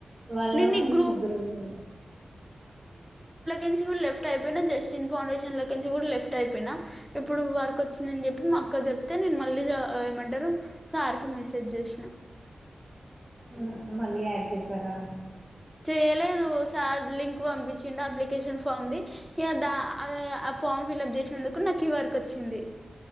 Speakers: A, on the right (about 15°); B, in the centre.
A: వాళ్ళు
B: నేను ఈ గ్రూప్
A: ముగ్గురు ఉన్నారు.
B: నుంచి కూడా లెఫ్ట్ అయితే జస్ట్ ఇన్ఫర్మేషన్ లేపించి కూడా లెఫ్ట్ అయిపోయిన ఇప్ ఇప్పుడు వర్క్ వచ్చిందని చెప్పి మా అక్క చెప్తే నెన్ మా మెలిగా ఏం అంటారు సార్కి మెసేజ్ చేసిన
A: ఉమ్ మళ్ళీ యాడ్ చేసారా
B: చేయలేదు సార్ లింక్ పంపించిండు అప్లికేషన్ ఫామ్ది ఏద అల్ ఆ ఫామ్ ఫిల్ప్ చేసినందుకు నా ఈ వర్కి వచ్చింది